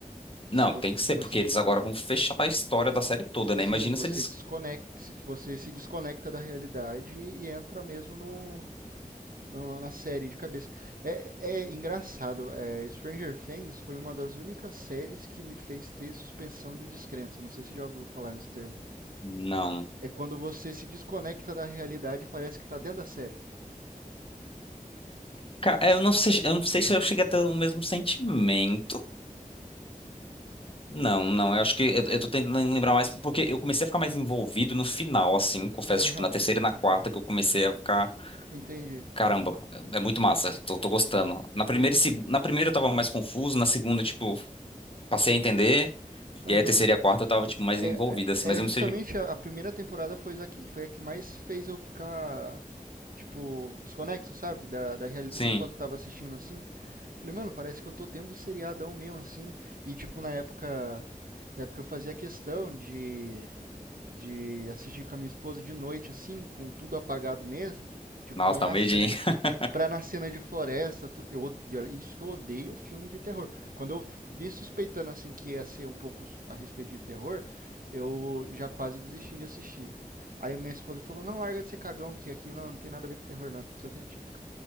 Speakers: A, on the right; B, on the left.
A: Tipo,
B: Não,
A: que se você,
B: tem que ser,
A: que você,
B: porque eles agora vão fechar a história da série toda,
A: que
B: né?
A: sim,
B: Imagina
A: que você
B: se eles...
A: desconecta, que você se desconecta da realidade e entra mesmo no, no- na série de cabeça. É, é engraçado. é, Stranger Things foi uma das únicas séries que me fez ter suspensão de descrença. Não sei se já ouviu falar nesse termo.
B: Não.
A: É quando você se desconecta da realidade e parece que tá dentro da série.
B: Cara, eu não sei, eu não sei se eu cheguei a ter o mesmo sentimento. Não, não, eu acho que eu, eu tô tentando lembrar mais, porque eu comecei a ficar mais envolvido no final, assim, confesso,
A: Aham.
B: tipo, na terceira e na quarta que eu comecei a ficar,
A: Entendi.
B: caramba, é é muito massa, tô, tô gostando. Na primeira, e seg- na primeira eu tava mais confuso, na segunda, tipo, passei a entender,
A: Aham.
B: e aí a terceira e a quarta eu tava, tipo, mais
A: É,
B: envolvido, assim,
A: é,
B: mas
A: é
B: eu
A: justamente
B: não sei.
A: a, a primeira temporada foi a que, foi a que mais fez eu ficar, tipo, desconexo, sabe? Da, da realidade.
B: Sim,
A: Enquanto eu tava assistindo assim. Falei, mano, parece que eu tô dentro do seriadão mesmo, assim. E, tipo, na época. Na época eu fazia questão de, de assistir com a minha esposa de noite, assim, com tudo apagado mesmo. Tipo,
B: nossa,
A: pra
B: dá
A: na
B: um medinho.
A: cena de
B: <laughs>
A: pra na cena de floresta, tudo. Eu, od- isso que eu odeio filme de terror. Quando eu vi suspeitando assim que ia ser um pouco a respeito de terror, eu já quase desisti de assistir. Aí minha esposa falou: "Não, larga de ser cagão, que aqui não, não tem nada a ver com terror, não, é ficção científica".